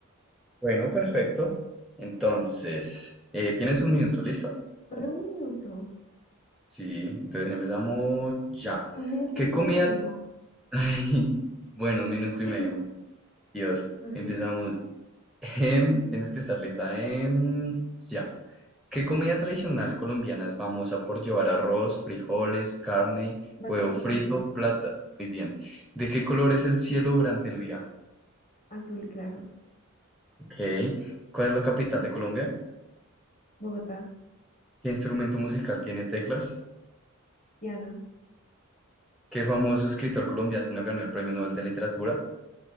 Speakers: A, in the centre; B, on the left.
A: Bueno, perfecto. Entonces, eh, tienes un minuto, ¿listo?
B: Solo un minuto.
A: Sí, entonces empezamos ya.
B: Un minuto
A: ¿Qué
B: y medio.
A: comida? <laughs> Ay, bueno, un minuto
B: <laughs>
A: y medio.
B: Con
A: Dios,
B: Ok.
A: empezamos. Em, tienes que estar lista. Em, ya. ¿Qué comida tradicional colombiana es famosa por llevar arroz, frijoles, carne,
B: Bandeja
A: huevo frito,
B: paisa.
A: plata? Muy bien. ¿De qué color es el cielo durante el día?
B: Azul claro.
A: Ok. ¿Cuál es la capital de Colombia?
B: Bogotá.
A: ¿Qué instrumento musical tiene teclas?
B: Piano.
A: ¿Qué famoso escritor colombiano ganó el Premio Nobel de Literatura?